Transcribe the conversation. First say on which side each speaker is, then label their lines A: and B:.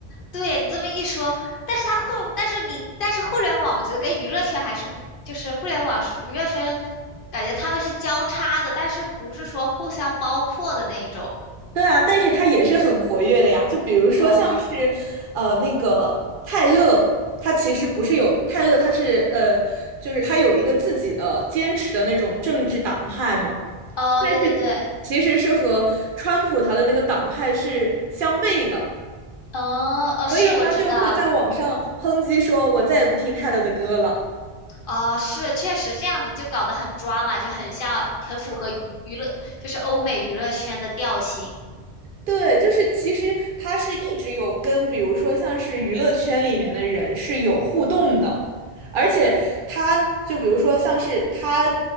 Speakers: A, on the left (about 60°); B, on the right (about 60°).
A: 对你这么一说，但是他互，但是你，但是互联网，我觉得跟娱乐圈还是不，就是互联网娱乐圈，感觉他们是交叉的，但是不是说互相包括的那种。
B: 对啊，但是他也是很活跃的呀。就比如说像是，
A: 哦，
B: 呃，那个泰勒，他其实不是有泰勒，他是呃，就是他有一个自己的坚持的那种政治党派嘛。
A: 哦，
B: 但是
A: 对对对，
B: 其实是和川普他的那个党派是相悖的，
A: 哦，哦，
B: 所以他就会在网上抨击说：
A: 是我知道，
B: “我再也不听泰勒的歌了。”
A: 哦，是确实这样子就搞得很抓嘛，就很像，很符合娱娱乐，就是欧美娱乐圈的调性。
B: 对，就是其实他是一直有跟，比如说像是娱乐圈里面的人是有互动的，而且他就比如说像是他